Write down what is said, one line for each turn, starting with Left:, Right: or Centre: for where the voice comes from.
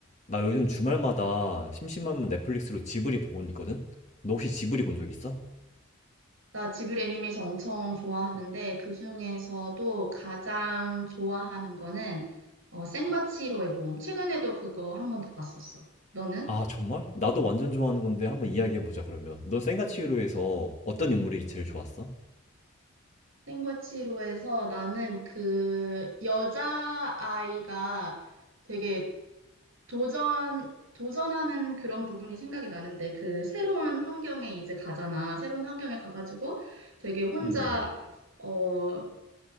Left: 나 요즘 주말마다 심심하면 넷플릭스로 지브리 보고는 있거든? 너 혹시 지브리 본 적 있어?
Right: 나 지브리 애니메이션 엄청 좋아하는데 그중에서도 가장 좋아하는 거는 어, 센과 치히로의 모험. 최근에도 그거 한 번 더 봤었어. 너는?
Left: 아, 정말? 나도 완전 좋아하는 건데 한번 이야기해보자, 그러면. 너 센과 치히로에서 어떤 인물이 제일 좋았어?
Right: 센과 치히로에서 나는 그 여자아이가 되게 도전 도전하는 그런 부분이 생각이 나는데 그 새로운 환경에 이제 가잖아. 새로운 환경에 가가지고 되게 혼자
Left: 음, 음.
Right: 어